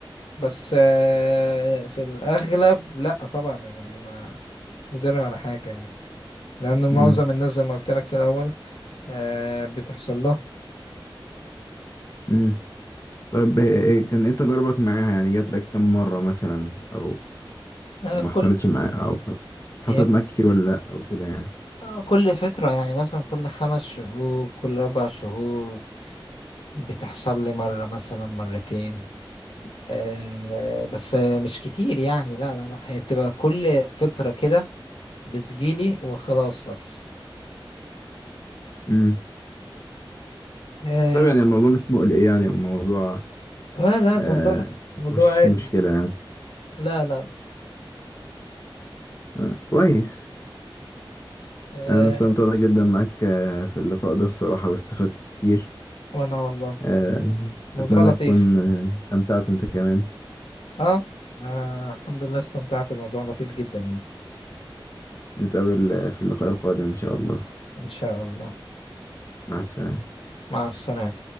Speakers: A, on the left; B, on the left.
A: بس آه، في الأغلب لأ طبعا يعني ما مش مدرع ولا حاجة يعني لأن
B: امم
A: معظم الناس زي ما قلت لك في الأول آه، بتحصل لهم
B: امم طيب إيه- إيه- كان إيه تجاربك معاها يعني جات لك كم مرة مثلا أو
A: آه،
B: أو ما
A: كل
B: حصلتش معاك أو حصلت
A: هي ك-
B: معاك كتير ولا لأ أو كده يعني
A: آه، كل فترة يعني مثلا كل خمس شهور كل أربع شهور بتحصل لي مرة مثلا مرتين آه، بس آه، مش كتير يعني لا لا لا هي بتبقى كل فترة كده بتجيلي وخلاص بس
B: امم
A: آه،
B: طب يعني الموضوع مش مقلق يعني وموضوع
A: لا لا الموضوع
B: آه
A: موضوع
B: مفيهوش
A: عادي
B: مشكلة
A: <laughs>
B: يعني
A: لا
B: آه كويس
A: لا
B: أنا استمتعت جدا معاك آه في اللقاء ده الصراحة واستفدت كتير
A: وانا والله
B: آه
A: موضوع
B: أتمنى
A: لطيف
B: تكون آه، استمتعت أنت كمان
A: اه آه، الحمد لله استمتعت الموضوع لطيف جدا يعني
B: نتقابل في اللقاء القادم إن شاء الله
A: ان شاء الله
B: مع السلامة
A: مع السلامة